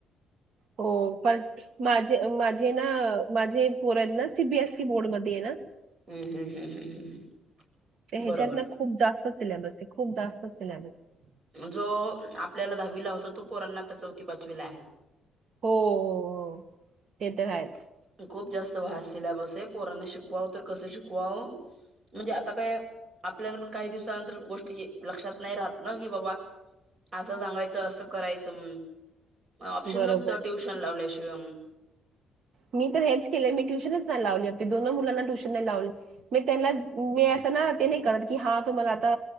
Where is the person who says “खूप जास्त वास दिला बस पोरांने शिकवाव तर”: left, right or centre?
Right